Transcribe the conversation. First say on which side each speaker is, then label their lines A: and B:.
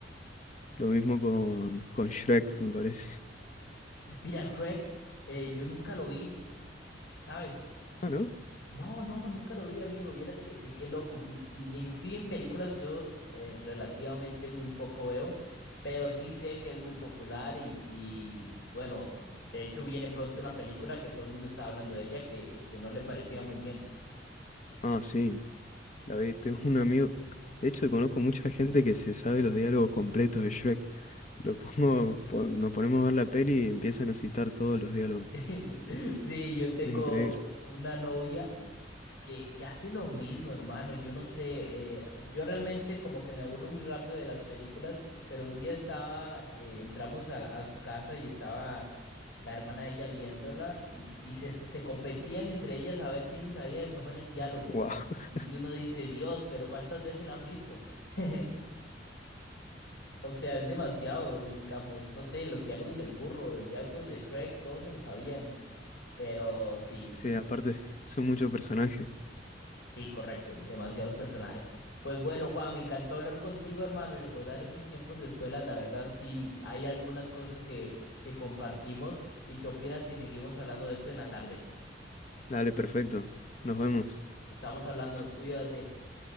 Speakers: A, on the left; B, on the left.
A: Lo mismo con, con Shrek, me parece.
B: Mira, Shrek, eh, yo nunca lo vi, ¿sabes?
A: Ah, ¿no?
B: No, no, nunca lo vi, amigo. Vieras que, que qué loco. Vi- y en sí, en películas yo eh, relativamente muy poco veo, pero sí sé que es muy popular y, y, bueno, de hecho viene pronto una película que todo el mundo está hablando de ella que, que no le parecía muy bien.
A: Ah, sí. La vi. Tengo un amigo. De hecho, conozco mucha gente que se sabe los diálogos completos de Shrek. Lo pongo, pon- nos ponemos a ver la peli y empiezan a citar todos los diálogos.
B: <laughs> Sí, yo tengo
A: Es increíble.
B: una novia. que, que hace lo mismo, hermano. Yo no sé, eh, yo realmente como que me aburro muy rápido de las películas, pero un día estaba, eh, entramos a, la- a su casa y estaba la hermana de ella viéndola y, y se, se competían entre ellas a ver quién se sabía mejor el diálogo.
A: Wow.
B: Y, y
A: <laughs>
B: uno dice, Dios, pero ¿cuántas veces la han visto? <laughs> O sea, es demasiado, digamos, no sé, los diálogos del burro, el diálogo de Shrek, todos se lo sabían, pero sí.
A: Sí, aparte, son muchos personajes.
B: Sí, correcto, demasiados personajes. Pues bueno, Juan, me encantó hablar contigo, hermano, y recordar esos tiempos de escuela. La verdad, sí, hay algunas cosas que, que compartimos. ¿Y qué opinas si seguimos hablando de eso en la tarde?
A: Dale, perfecto. Nos vemos.
B: Estamos hablándonos,
A: Su-
B: cuídate.